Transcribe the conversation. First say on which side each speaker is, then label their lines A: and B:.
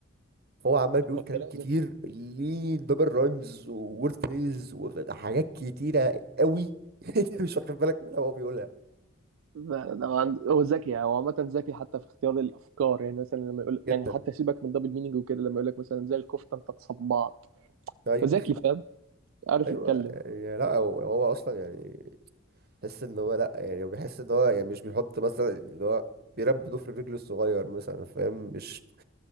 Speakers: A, on the right (about 45°); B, on the right (about 70°).
A: فهو عمال بيقول
B: هو
A: كلام
B: كلام
A: كتير
B: ذكي
A: ليه دبل رايمز وورد فريز وحاجات كتيرة قوي <laughs> انت مش واخد بالك منها وهو بيقولها
B: لا، لا، هو عند- هو ذكي يعني هو عامة ذكي حتى في اختيار الأفكار يعني مثلا لما يقول
A: جدا
B: يعني حتى سيبك من الدبل مينينج وكده لما يقول لك مثلا زي الكفتة أنت تصبعت
A: ايوه
B: ذكي
A: <laughs>
B: فاهم عارف
A: ايوه
B: يتكلم
A: يعني لا هو هو اصلا يعني تحس ان هو لا يعني هو بيحس ان هو يعني مش بيحط مثلا اللي هو بيرب ضفر رجله الصغير مثلا فاهم مش